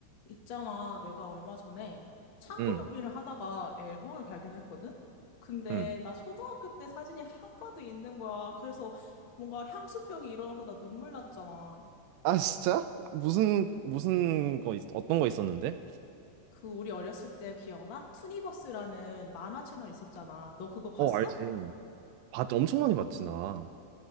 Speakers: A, on the left (about 75°); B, on the right (about 80°).
A: 있잖아, 내가 얼마 전에 창고
B: 응,
A: 정리를 하다가 앨범을 발견했거든? 근데
B: 응.
A: 나 초등학교 때 사진이 한가득 있는 거야. 그래서 뭔가 향수병이 일어나서 나 눈물 났잖아.
B: 아, 진짜? 무슨, 무슨 거, 있, 어떤 거 있었는데?
A: 그 우리 어렸을 때 기억나? 투니버스라는 만화 채널 있었잖아. 너 그거 봤어?
B: 어, 알지. 봤 엄청 많이 봤지, 나.